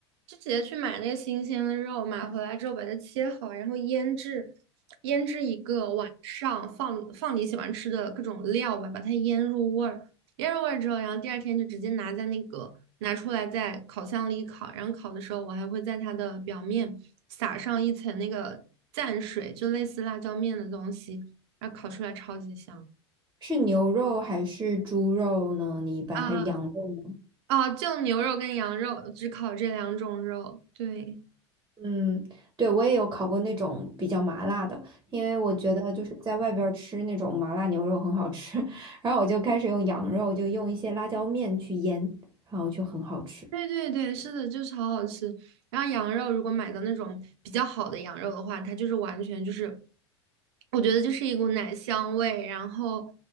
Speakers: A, on the right (about 65°); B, on the right (about 20°).
A: 就直接去买那个新鲜的肉，买回来之后把它切好，然后腌制，腌制一个晚上，放放你喜欢吃的各种料吧，把它腌入味儿，腌入味儿之后，然后第二天就直接拿在那个拿出来在烤箱里烤，然后烤的时候我还会在它的表面撒上一层那个蘸水，就类似辣椒面的东西，然后烤出来超级香
B: 是牛肉还是猪肉呢？你一般还是羊肉？
A: 啊！哦，就牛肉跟羊肉，只烤这两种肉。对，
B: 嗯，对，我也有烤过那种比较麻辣的，因为我觉得就是在外边儿吃那种麻辣牛肉很好吃，<laughs> 然后我就开始用羊肉，就用一些辣椒面去腌，然后就很好吃。
A: 对对对，是的，就超好吃。然后羊肉如果买到那种比较好的羊肉的话，它就是完全就是，我觉得就是一股奶香味，然后，